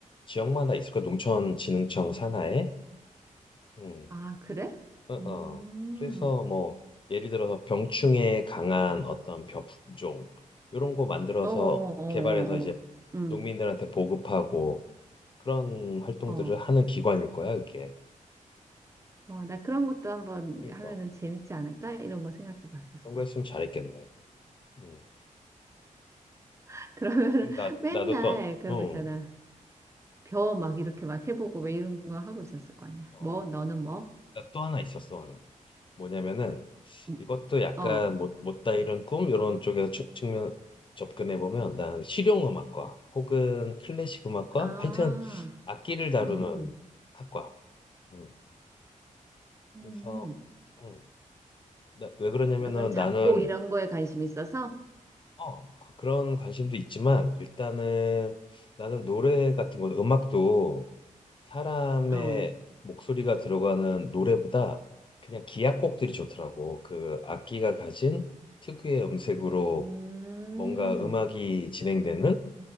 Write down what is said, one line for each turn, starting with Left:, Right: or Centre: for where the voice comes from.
Left: 지역마다 있을 거야. 농촌진흥청 산하에. 음,
Right: 아, 그래?
Left: 어, 어.
Right: 음.
Left: 그래서 뭐 예를 들어서 병충해에 강한 어떤 병 품종 이런 거 만들어서
Right: 어, 어, 어,
Left: 개발해서 이제
Right: 어, 어. 음,
Left: 농민들한테 보급하고 그런 활동들을
Right: 어,
Left: 하는 기관일 거야, 그게.
Right: 어, 나 그런 것도 한번
Left: 그러니까
Right: 하면은
Left: 어,
Right: 재밌지 않을까? 이런 거 생각해 봤었어.
Left: 그런 거 했으면 잘했겠네. 음.
Right: <laughs> 그러면
Left: 그럼 나
Right: 맨날
Left: 나도 또
Right: 그런
Left: 어,
Right: 거 있잖아. 벼 막 이렇게 막 해보고 왜 이런 거 하고 있었을 거 아니야.
Left: 어,
Right: 뭐, 너는 뭐?
Left: 나 또 하나 있었어, 하나. 뭐냐면은
Right: 음,
Left: 이것도 약간
Right: 어,
Left: 못, 못다 이룬 꿈 이런 쪽에서 측, 면 접근해 보면 난 실용 음악과 혹은 클래식 음악과
Right: 아,
Left: 하여튼 악기를 다루는
Right: 음,
Left: 학과. 음.
Right: 음,
Left: 그래서 음. 나, 왜 그러냐면은
Right: 그런 작곡
Left: 나는
Right: 이런 거에 관심 있어서?
Left: 어, 그- 그런 관심도 있지만 일단은 나는 노래 같은 거 음악도 사람의
Right: 어,
Left: 목소리가 들어가는 노래보다 그냥 기악곡들이 좋더라고. 그 악기가 가진 특유의 음색으로
Right: 음,
Left: 뭔가 음악이 진행되는?